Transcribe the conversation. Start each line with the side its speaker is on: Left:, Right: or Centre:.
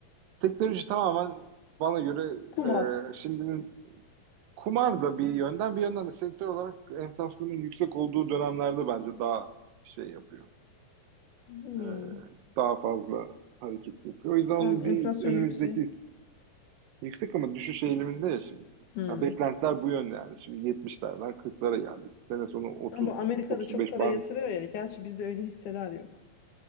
Right: Teknoloji tamamen bana göre
Left: Kumar.
Right: e, şimdinin kumar da bir yönden bir yönden de sektör olarak enflasyonun yüksek olduğu dönemlerde bence daha şey yapıyor.
Left: Hmm.
Right: E, daha fazla hareket yapıyor. O yüzden
Left: Tamam
Right: onun
Left: enflasyon
Right: bir önümüzdeki
Left: yüksek.
Right: Yüksek ama düşüş eğiliminde ya şimdi.
Left: Hmm.
Right: Ya beklentiler bu yönde yani. Şimdi yetmişlerden kırklara geldik. Sene sonu 30
Left: Ama Amerika'da
Right: otuz
Left: çok
Right: beş
Left: para
Right: band.
Left: yatırıyor ya. Gerçi bizde öyle hisseler yok.